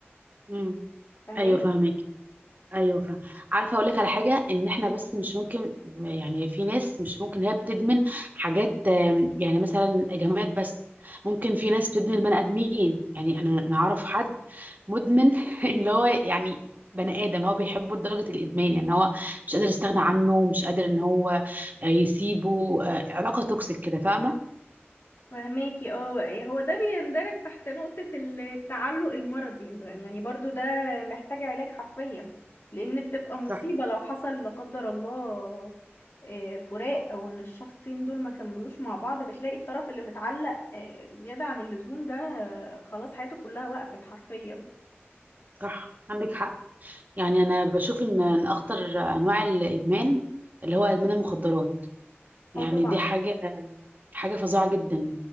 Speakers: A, on the right (about 40°); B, on the left (about 60°).
A: امم
B: فاهماني
A: ايوه فاهمك ايوه فاهم عارفه اقول لك على حاجه ان احنا بس مش ممكن يعني في ناس مش ممكن هي بتدمن حاجات آم، يعني مثلا جماد بس ممكن في ناس بتدمن بني ادمين يعني انا نعرف حد مدمن <laughs> اللي هو يعني بني ادم هو بيحبه لدرجه الادمان يعني هو مش قادر يستغنى عنه مش قادر ان هو آه، يسيبه آه، علاقه توكسيك كده فاهمه
B: فهماكي اه إيه هو ده بيندرج تحت نقطة التعلق المرضي يعني يعني برضو ده محتاج علاج حرفيا لأن بتبقى مصيبة
A: صح
B: لو حصل لا قدر الله آه، فراق أو إن الشخصين دول ما كملوش مع بعض بتلاقي الطرف اللي متعلق آه، زيادة عن اللزوم ده آه، خلاص حياته كلها وقفت حرفيا
A: صح عندك حق يعني انا بشوف ان إن اخطر انواع الادمان اللي هو ادمان المخدرات يعني
B: اه طبعا
A: دي حاجه حاجه فظيعه جدا